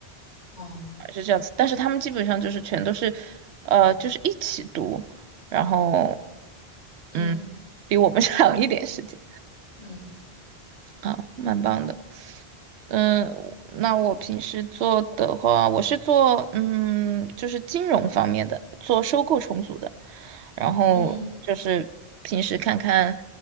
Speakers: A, on the left; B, on the right.
A: 哦，
B: 是这样子，但是他们基本上就是全都是，呃，就是一起读，然后
A: 嗯
B: 嗯，比我们 <laughs> 长一点时间
A: 嗯
B: 啊，蛮棒的。嗯，那我平时做的话，我是做嗯，就是金融方面的，做收购重组的。然后就是平时看看，
A: 嗯